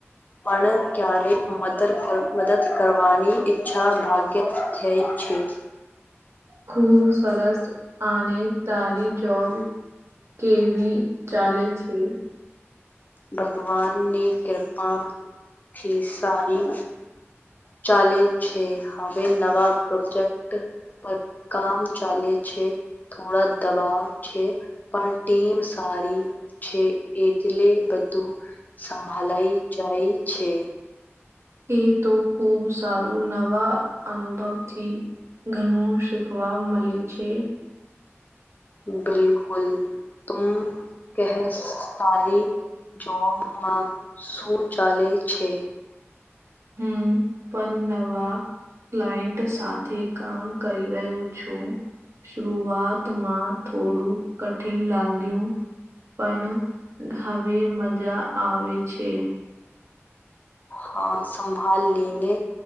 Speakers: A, on the left; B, on the right.
A: પણ ક્યારે મદર કર મદદ કરવાની ઈચ્છા ભાગ્યે થઈ છે.
B: ખૂબ સરસ આને તારી જોબ કેવી ચાલે છે.
A: ભગવાન ની કૃપા થી સારી ચાલે છે. હવે નવા પ્રોજેક્ટ પર કામ ચાલે છે, થોડા દબાવ છે. પણ ટીમ સારી છે એટલે બધું સંભાલાઈ જાય છે.
B: એ તો ખૂબ સારું નવા અનુભવથી ઘણું શીખવા મળે છે.
A: બિલકુલ તુમ કહેશ તારી જોબમાં શું ચાલે છે.
B: હમ પણ નવા ક્લાઇન્ટ સાથે કામ કરી રહ્યો છું. શરૂઆતમાં થોડું કઠિન લાગ્યું પણ હવે મજા આવે છે.
A: હા સંભાલીને